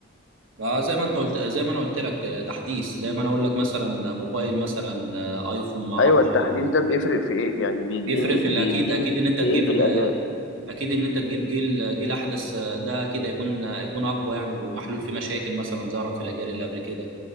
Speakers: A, on the right; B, on the left.
A: اه زي ما انت قلت زي ما انا قلت لك آه، تحديث زي ما انا اقول لك مثلا موبايل مثلا آه، ايفون ما اعرفش
B: ايوه التحديث ده بيفرق في ايه يعني بيديني
A: بيفرق في الاكيد
B: بيديني
A: اكيد ان انت تجيب
B: ايه في الاداء
A: آه، اكيد ان انت تجيب جيل آه، جيل احدث آه، ده كده يكون آه، يكون اقوى يعني ومحلول فيه مشاكل مثلا ظهرت في الاجيال اللي قبل كده